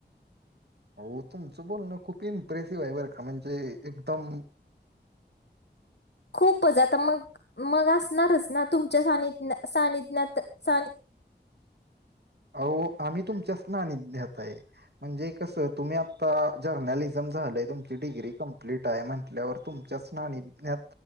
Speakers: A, on the right (about 65°); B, on the left (about 65°).
A: हो तुमचं बोल ना खूप इम्प्रेसिव्ह आहे बरं का म्हणजे एकदम
B: खूपच आता मग मग असणारच ना तुमच्या सानिध सानिित्याात सा
A: अ आम्ही तुमच्याच नाणी घ्याात आहे म्हणजे कस तुम्ही आता जर्नालिझम झालंय तुमची डिग्री कंप्लीट आहे म्हटल्यावर त चषनानी नञ